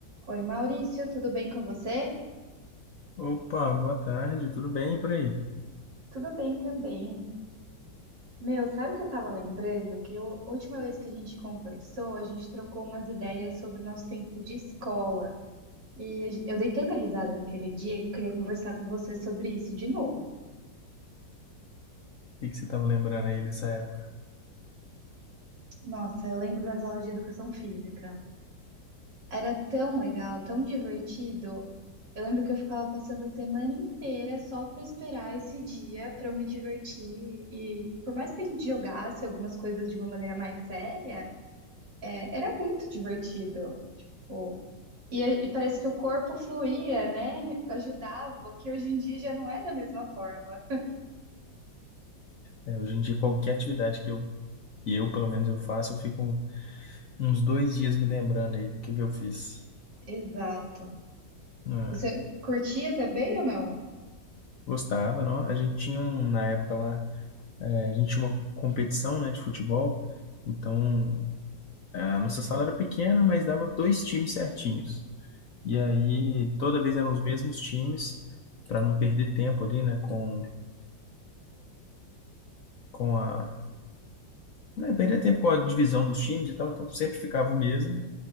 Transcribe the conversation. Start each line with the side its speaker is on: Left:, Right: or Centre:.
Right: Oi, Maurício, tudo bem com você?
Left: Opa, boa tarde, tudo bem e por aí? O
Right: Tudo bem também. Meu, sabe o que eu tava lembrando? Que eu- a última vez que a gente conversou, a gente trocou umas ideias sobre o nosso tempo de escola. E a gen- eu dei tanta risada naquele dia que eu queria conversar com você sobre isso de novo.
Left: que que você estava lembrando aí dessa época?
Right: Nossa, eu lembro das aulas de educação física. Era tão legal, tão divertido. Eu lembro que eu ficava passando a semana inteira só para esperar esse dia para eu me divertir. E por mais que a gente jogasse algumas coisas de uma maneira mais séria, é, era muito divertido. Tipo, e, e parece que o corpo fluía, né? <laughs> Ajudava, o que hoje em dia já não é da mesma forma.
Left: É, hoje em dia, qualquer atividade que eu, que eu, pelo menos, eu faço, eu fico uns dois dias me lembrando aí do que que eu fiz.
Right: Exato.
Left: Ah,
Right: Você curtia também ou não?
Left: gostava, não? A gente tinha, um, na época lá, é, a gente tinha uma competição, né, de futebol, então é, a nossa sala era pequena, mas dava dois times certinhos. E aí, toda vez eram os mesmos times, para não perder tempo ali, né, com, com a É, perder tempo com a divisão dos times e tal, então sempre ficava o mesmo.